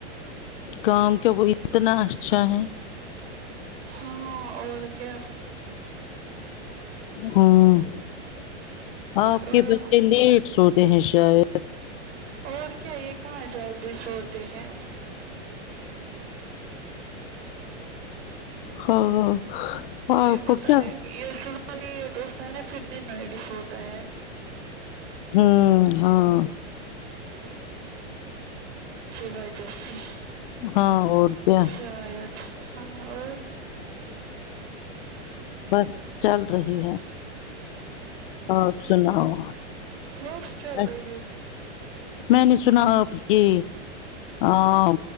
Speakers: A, on the left; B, on the right.
A: کام کیا <unintelligible> اتنا اچھا ہے
B: ہاں اور کیا
A: ہمم آپ کے
B: اور
A: سوتے ہیں شاید <unintelligible>
B: اور کیا یہ کہاں جو جلدی سوتے ہیں چل
A: ہاں آپ
B: <unintelligible>
A: کو
B: پتہ
A: کیا
B: نہیں <unintelligible> سوتا ہوتا ہے نا پھر دن میں بھی سوتا ہے
A: ہمم ہاں
B: <unintelligible>
A: ہاں اور کیا
B: ہاں اور
A: بس چل رہی ہے آپ سناؤ
B: بس چل
A: میں
B: رہی ہے
A: میں نے سنا آپ یہ آ